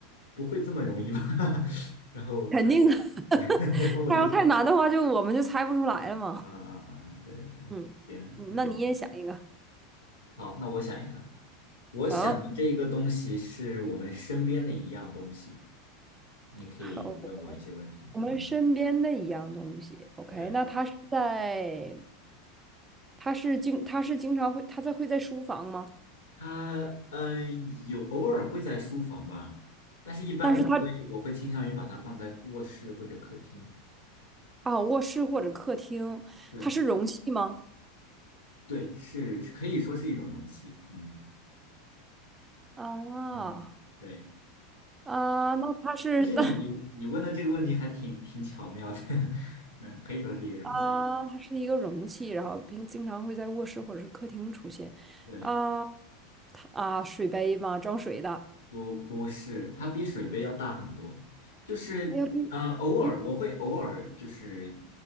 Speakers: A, on the left; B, on the right.
A: 不会这么容易吧？<laughs> 然后然后
B: 肯定的。
A: <laughs>
B: <laughs>
A: 然后我就想，
B: 它要太难的话，就我们就猜不出来了嘛。
A: 啊啊啊啊，对对对，
B: 嗯，
A: 行，
B: 嗯那你也想一个。
A: 嗯，好，那我想一个，我想的这个东西是我们身边的一样东西，
B: 好，
A: 你可以问我一些问题，
B: 好，我们身边的一样东西。
A: 嗯，
B: OK，
A: 对。
B: 那它是在他是经他是经常会他在会在书房吗？
A: 它呃有偶尔会在书房吧，但是一般我会我会倾向于把它放在卧室或者客厅。
B: 但是他啊，卧室或者客厅，
A: 对
B: 它是容器吗？
A: 对，是可以说是一种容器。嗯
B: 啊
A: 嗯，对，
B: 啊，那它是
A: 其实你你你问的这个问题还挺挺巧妙的，
B: <laughs> 那
A: <laughs> 嗯，可以说是一个容器。
B: 啊，它是一个容器，然后并经常会在卧室或者是客厅出现。
A: 对。
B: 啊，它啊，水杯吗？装水的。
A: 不不是，它比水杯要大很多。就是呃，
B: 哎呀，不
A: 偶尔我会偶尔就是，
B: 嗯